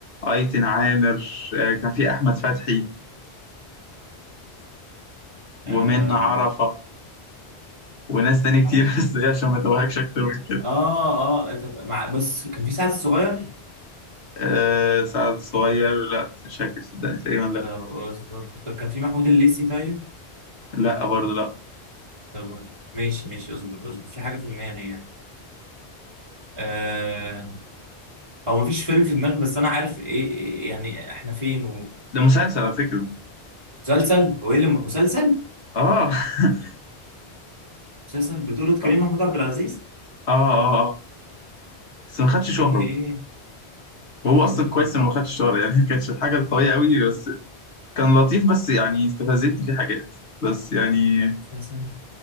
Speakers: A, on the left (about 85°); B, on the right (about 30°).
A: أيتن عامر آه كان في أحمد فتحي ومنة
B: اه
A: عرفة وناس تاني كتير
B: عارفة.
A: <laughs> بس إيه عشان ما توهكش أكتر من كده
B: اه آه، طب مع بس كان في سعد الصغير
A: آه سعد الصغير لا مش فاكر صدقني تقريبا لا
B: طب اصبر طب كان في محمود الليثي طيب
A: لا برضه لا
B: طب اصبر. ماشي ماشي اصبر اصبر في حاجه في دماغي يعني آه، هو مفيش فيلم في دماغي بس انا عارف ايه إيه- يعني احنا فين
A: ده مسلسل على فكرة
B: ومسلسل هو ايه اللي مسلسل
A: اه <laughs>
B: مسلسل بطولة كريم
A: اه
B: محمود عبد العزيز
A: اه اه بس ما خدش شهرة
B: ايه ايه ايه
A: وهو
B: إيه الهزار
A: اصلا
B: ده
A: كويس انه ما خدش شهرة يعني <laughs> ما كانتش الحاجة القوية قوي بس كان لطيف بس يعني استفزتني فيه حاجات بس يعني
B: مسلسل